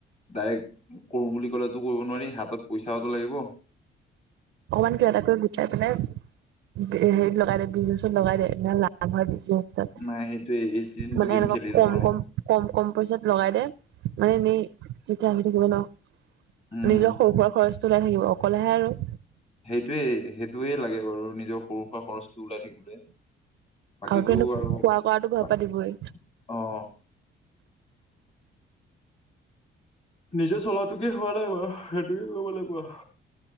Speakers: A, on the left; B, on the right.
A: ডাইৰেক্ট কৰোঁ বুলি ক'লেতো কৰিব নোৱাৰি, হাতত পইচাওটো লাগিব।
B: অকমান কিবা এটা কৰি গুটাই পেলাই, এ, হেৰিত লগাই দে, বিজনেচত লগাই দে এনে লাভ হয় পিছত। তাত
A: নাই সেইটোৱে এই চিজনটো
B: মানে
A: গেম
B: এনেকুৱা
A: খেলি
B: কম
A: লওঁ ৰ
B: কম, কম কম পইচাত লগাই দে, মানে এনেই যেতিয়া আহি থাকিব ন।
A: উম
B: নিজৰ সৰু সুৰা খৰচটো ওলাই থাকিব। অকলেহে আৰু
A: সেইটোৱেই, সেইটোৱে লাগে বাৰু নিজ নিজৰ সৰু সুৰা খৰচটো ওলাই থাকিবলে। বাকীটো
B: আৰুতো এনে
A: আৰু
B: খোৱা কৰাটো ঘৰৰ
A: বা,
B: পৰা দিবই।
A: অ'। নিজে চলাটোকে হোৱা নাই বাৰু, সেইটোকে কৰিব লাগিব আৰু